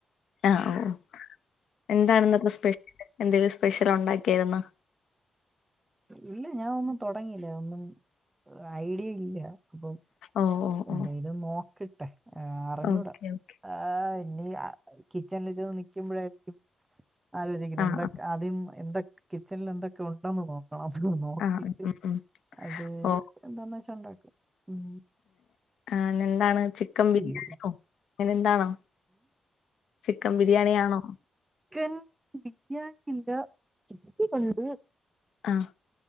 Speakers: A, on the left; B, on the right.
A: ആഹ് ഓഹ് എന്താണ് ഇന്നത്തെ സ്പെഷ്യല് എന്തെലും സ്പെഷ്യൽ ഒണ്ടാക്കിയായിരുന്നൊ
B: ഇല്ല ഞാനൊന്നും തൊടങ്ങില്ല ഒന്നും ഐഡിയ ഇല്ല അപ്പം
A: ഓഹ് ഓഹ്
B: എന്തെങ്കിലും
A: ഓഹ്
B: നോക്കട്ടെ അറിഞ്ഞൂടാ
A: ഓക്കെ ഓക്കെ
B: ആഹ് ഇനി കിച്ചണില് ചെന്ന് നി ക്കുമ്പോഴായിരിക്കും ആലോചിക്കുന്നത്
A: ആഹ്
B: എന്തൊക്കെ-
A: ആഹ്
B: ആദ്യം എന്തൊ കിച്ചണില് എന്തൊക്കെ ഒണ്ടെന്ന് നോക്കും നോക്കിട്ട്
A: ആഹ് ഉം ഉം ഉം.
B: അത്
A: ഓ
B: എന്താന്ന് വെച്ചാ ഒണ്ടാക്കും ഉം
A: ആ എന്താണ് ചിക്കൻ ബിരിയാണിയോ
B: ചെയ്യൂ
A: അങ്ങനെ എന്താണോ ചിക്കൻ ബിരിയാണിയാണോ
B: ചിക്കൻ ബിരിയാണിയുണ്ട് ചി <unintelligible> കൊണ്ട്
A: ആഹ്